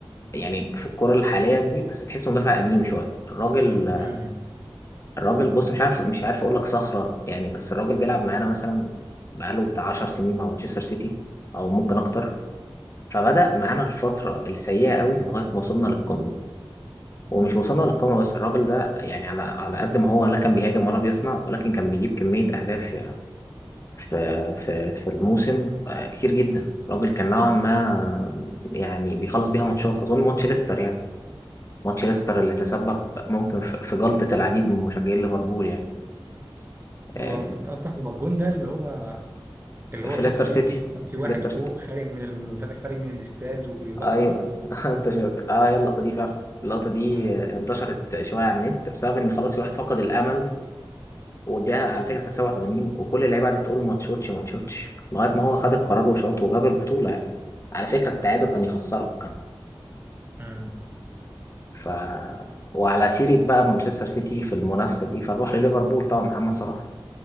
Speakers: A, on the left (about 30°); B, on the right (about 25°).
A: يعني في الكرة الحالية دي بس تحسه مدافع قديم شوية الراجل
B: مم.
A: الراجل بص مش عارف مش عارف اقول لك صخرة يعني بس الراجل بيلعب معانا مثلا بقاله بتاع 10 سنين مع مانشستر سيتي او ممكن اكتر فبدأ معانا الفترة السيئة قوي لغاية ما وصلنا للقمة ومش وصلنا للقمة بس الراجل ده يعني على على قد ما هو لا كان بيهاجم ولا بيصنع ولكن كان بيجيب كمية أهداف في في في الموسم آه، كتير جدا الراجل كان نوعا ما يعني بيخلص بيها ماتشات اظن ماتش ليستر يعني ماتش ليستر اللي تسبب ممكن في في جلطة العديد من مشجعين ليفربول يعني
B: هو
A: آه،
B: أنت قصدك هو الجون ده اللي هو اللي هو
A: في
B: شاط
A: ليستر
B: فيه
A: سيتي
B: وكان في واحد
A: ليستر
B: فوق
A: سيتي
B: خارج من الم... خارج من الاستاد واللقطة
A: ايوه
B: دي
A: <laughs> انت شفت اه هي اللقطة دي فعلا اللقطة دي
B: آه.
A: آه، انتشرت شوية على النت بسبب ان خلاص في واحد فقد الامل وديها على فكرة كانت 87 وكل اللعيبة قعدت تقول له ما تشوتش ما تشوتش لغاية ما هو خد القرار وشاط وجاب البطولة يعني على فكرة التعادل كان يخسرك
B: امم
A: ف وعلى سيرة بقى مانشستر سيتي في المنافسة دي فنروح لليفربول طبعا محمد صلاح